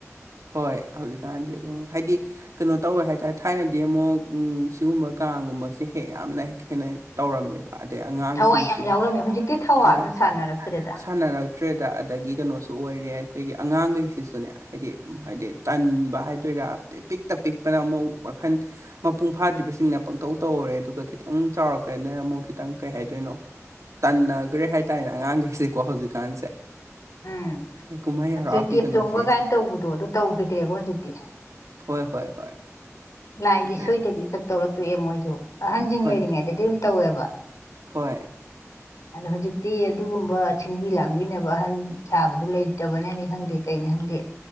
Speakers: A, on the right; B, on the left.
A: ꯍꯣꯏ ꯍꯧꯖꯤꯛꯀꯥꯟꯗꯤ ꯑꯗꯨꯝ ꯍꯥꯏꯗꯤ ꯀꯩꯅꯣ ꯇꯧꯔꯦ ꯍꯥꯏꯇꯥꯔꯦ ꯊꯥꯏꯅꯗꯤ ꯑꯃꯨꯛ ꯁꯤꯒꯨꯝꯕ ꯀꯥꯡꯒꯨꯝꯕꯁꯦ ꯍꯦꯛ ꯌꯥꯝꯅ ꯍ ꯍꯦꯟꯅ ꯇꯧꯔꯝꯃꯦꯕ ꯑꯗꯩ ꯑꯉꯥꯡꯁꯤꯡꯁꯨ
B: ꯊꯋꯥꯏ ꯌꯥꯝ ꯌꯥꯎꯔꯝꯃꯦ ꯍꯧꯖꯤꯛꯇꯤ ꯊꯋꯥꯁꯨ
A: ꯊꯋꯥꯏ
B: ꯁꯥꯟꯅꯔꯛꯇ꯭ꯔꯦꯗ
A: ꯁꯥꯟꯅꯔꯛꯇ꯭ꯔꯦꯗ ꯑꯗꯒꯤ ꯀꯩꯅꯣꯁꯨ ꯑꯣꯏꯔꯦ ꯑꯩꯈꯣꯏꯒꯤ ꯑꯉꯥꯡꯈꯩꯁꯤꯁꯨꯅꯦ ꯍꯥꯏꯗꯤ ꯍꯥꯏꯗꯤ ꯇꯟꯕ ꯍꯥꯏꯗꯣꯏꯔꯥ ꯄꯤꯛꯇ ꯄꯤꯛꯄꯅ ꯑꯃꯨꯛ ꯋꯥꯈꯜ ꯃꯄꯨꯡ ꯐꯥꯗ꯭ꯔꯤꯕꯁꯤꯡꯅ ꯄꯪꯇꯧ ꯇꯧꯍꯧꯔꯦ ꯑꯗꯨꯒ ꯈꯤꯇꯪ ꯆꯥꯎꯔꯛꯀꯗꯅ ꯑꯃꯨꯛ ꯈꯤꯇꯪ ꯀꯩ ꯍꯥꯏꯗꯣꯏꯅꯣ ꯇꯟꯅꯈ꯭ꯔꯦ ꯍꯥꯏ ꯇꯥꯔꯦꯅꯦ ꯑꯉꯥꯡꯈꯩꯁꯦꯀꯣ ꯍꯧꯖꯤꯛꯀꯥꯟꯁꯦ
B: ꯎꯝ
A: ꯀꯨꯃꯥꯏꯔꯀꯤ
B: ꯑꯗꯨ ꯇꯦꯞ
A: ꯀꯩꯅꯣꯁꯦ
B: ꯆꯣꯡꯕ ꯀꯥꯏꯅ ꯇꯧꯕꯗꯣ ꯑꯗꯨ ꯇꯧꯈꯤꯗ꯭ꯔꯦꯕ ꯍꯧꯖꯤꯛꯇꯤ
A: ꯍꯣꯏ ꯍꯣꯏ ꯍꯣꯏ
B: ꯂꯥꯏꯒꯤ
A: ꯑꯗꯩ
B: ꯁꯣꯏꯗꯕꯤ ꯈꯛ ꯇꯧꯔꯛꯇꯣꯛꯑꯦ ꯃꯣꯏꯁꯨ ꯑꯍꯟꯁꯤꯡ
A: ꯍꯣꯏ
B: ꯂꯩꯔꯤꯉꯩꯗꯗꯤ ꯑꯗꯨꯝ ꯇꯧꯋꯦꯕ
A: ꯍꯣꯏ
B: ꯑꯗꯣ ꯍꯧꯖꯤꯛꯇꯤ ꯑꯗꯨꯒꯨꯝꯕ ꯁꯤꯟꯕꯤ ꯂꯥꯡꯕꯤꯅꯕ ꯑꯍꯟ ꯁꯥꯕꯗꯨ ꯂꯩꯇꯕꯅꯅꯤ ꯈꯪꯗꯦ ꯀꯩꯩꯅ ꯈꯪꯗꯦ